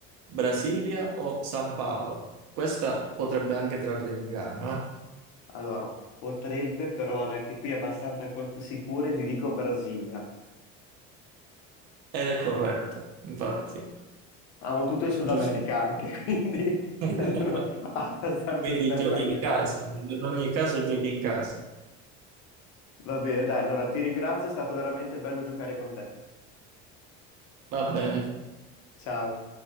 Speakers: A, on the right; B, on the left.
A: Brasilia o San Paolo? Questa potrebbe anche trarre in inganno, eh?
B: Allora, potrebbe, però vado anche qui abbastanza a colpo sicuro e ti dico Brasilia.
A: Ed è corretto, infatti,
B: Amo tutto il Sud
A: giusto.
B: America anche, <laughs> quindi
A: <laughs>
B: sono abbastanza
A: Quindi
B: esperto
A: giochi
B: anche
A: in
B: adesso.
A: casa, in ogni caso giochi in casa.
B: Va bene, dai, allora ti ringrazio, è stato veramente bello giocare con te.
A: Va bene.
B: Ciao.